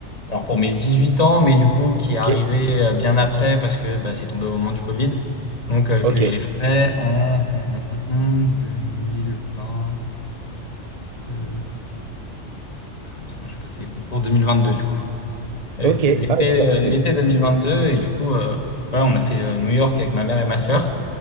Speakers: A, on the left (about 30°); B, on the right (about 45°).
A: alors pour mes 18 ans, mais du coup qui est
B: Ok,
A: arrivé euh, bien après parce que bah, c'est tombé au moment du Covid, donc euh,
B: ok,
A: que j'ai fait en hum, hum, hum, hum, 2022. euh, C'est quand j'ai passé les concours 2022 du coup. L'été
B: ok.
A: l'été
B: Ah, donc, la
A: euh,
B: période.
A: l'été 2022 et du coup euh, ouais, on a fait euh, New York avec ma mère et ma sœur.